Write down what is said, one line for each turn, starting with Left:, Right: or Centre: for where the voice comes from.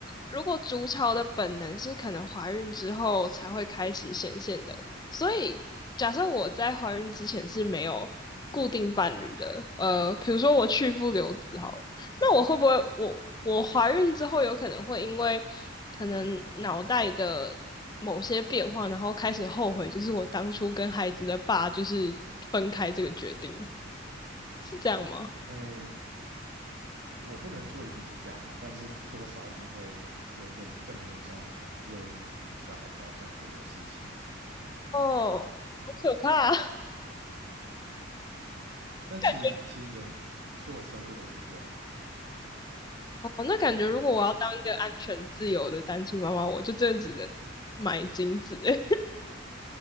Left: 如果筑巢的本能是可能怀孕之后才会开始显现的，所以假设我在怀孕之前是没有固定伴侣的，呃，比如说我去父留子好了，那我会不会我我怀孕之后有可能会因为可能脑袋的某些变化，然后开始后悔，就是我当初跟孩子的爸就是分开这个决定，是这样吗？
Right: 哎，我不能说一定是这样啊，但是多少一定会有点更偏向想要为小孩着想这件事情，
Left: 哦，
Right: 对，
Left: 好可怕啊，<laughs>
Right: 但其实其实人所有生物都是这样子，
Left: 感
Right: 嗯
Left: 哦，那感觉如果我要当一个安全自由的单亲妈妈，
Right: 对，
Left: 我就真的只能买精子，<laughs> 让